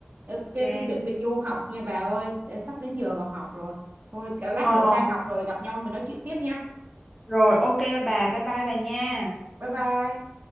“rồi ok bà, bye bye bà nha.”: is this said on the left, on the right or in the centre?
Centre